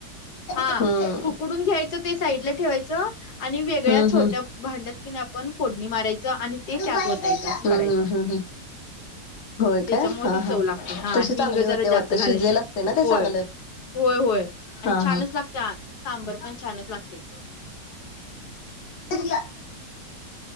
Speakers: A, on the left; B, on the left.
A: हा
B: हम्म
A: उकडून घ्यायचं ते साईडला ठेवायचं आणि वेगळ्या
B: हम्म
A: छोट्या
B: हम्म
A: भांड्यात कि नाही आपण फोडणी मारायचं आणि ते त्यात
B: हम्म
A: वतायचं असं
B: हम्म
A: करायचं.
B: हम्म हम्म होय काय
A: त्याच्या मुळे
B: हा
A: ती
B: हा
A: चव लागते. हा
B: तशी चांगली
A: हिंग
B: होते
A: जरा
B: वाटत
A: जास्त घालायचं.
B: शिजलेलं असते ना ते
A: होय.
B: चांगलं
A: होय. होय. आणि
B: हा
A: छानच
B: हा
A: लागते. सांबर पण छानच लागते.
B: <inaudible>